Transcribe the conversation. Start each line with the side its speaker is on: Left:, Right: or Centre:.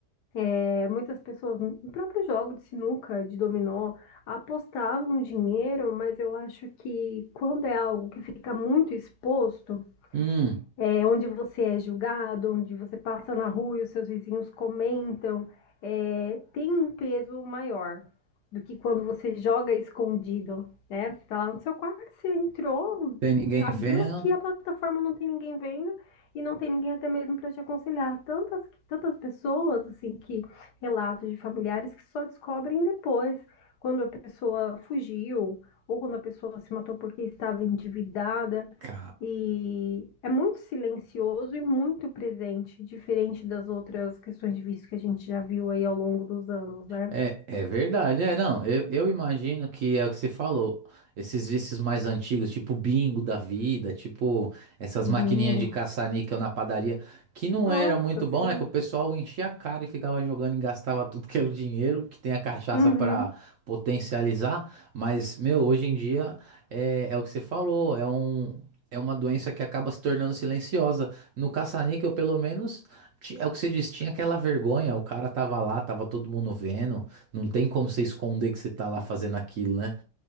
Left: é, muitas pessoas, no próprio jogo de sinuca, de dominó, apostavam dinheiro, mas eu acho que quando é algo que fica muito exposto,
Right: Hum.
Left: é, onde você é julgado, onde você passa na rua e os seus vizinhos comentam, é, tem um peso maior do que quando você joga escondido, né? Você tá lá no seu quarto, você entrou,
Right: Tem ninguém
Left: abriu
Right: vendo?
Left: aqui a plataforma, não tem ninguém vendo e não tem ninguém até mesmo para te aconselhar. Tantas, tantas pessoas, assim, que relatos de familiares que só descobrem depois, quando a pessoa fugiu ou quando a pessoa se matou porque estava endividada.
Right: Cara.
Left: E é muito silencioso e muito presente, diferente das outras questões de vício que a gente já viu aí ao longo dos anos, né?
Right: É, é verdade, é, não, eu, eu imagino que é o que você falou, esses vícios mais antigos, tipo bingo da vida, tipo essas maquininhas
Left: Bingo.
Right: de caça-níquel na padaria, que não
Left: Nossa,
Right: era muito
Left: sim.
Right: bom, né, que o pessoal enchia a cara e ficava jogando e gastava tudo que é o dinheiro, que tem a cachaça
Left: Uhum,
Right: pra potencializar, mas, meu, hoje em dia é, é o que você falou, é um... É uma doença que acaba se tornando silenciosa. No caça-níquel, pelo menos, ti- é o que você disse, tinha aquela vergonha, o cara tava lá, tava todo mundo vendo, não tem como você esconder que você tá lá fazendo aquilo, né?